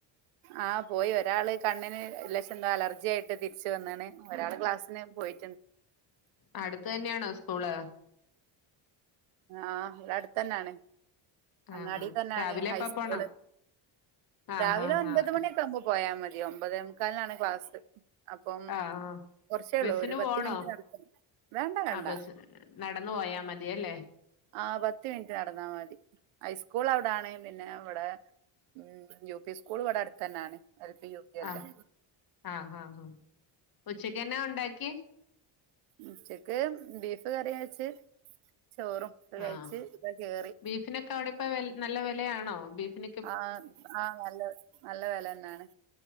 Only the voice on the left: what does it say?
അട്‌ത്ത് തന്നെയാണോ സ്കൂള്
ആ ആ
രാവിലെ
എപ്പ പോണം ആ
ആ
ആ ആ
ആ ആ
ബസിന്
പോണോ?
ആഹ് ബസ് നടന്നു പോയാ മതിയല്ലേ.
ആഹ് ആഹ് ആഹ് ആഹാ ഉച്ചയ്ക്കന്നെ ണ്ടാക്കി.
ആഹ്
ബീഫിനൊക്കെഅടെപ്പോ വല് നല്ല വിലയാണോ ബീഫിന്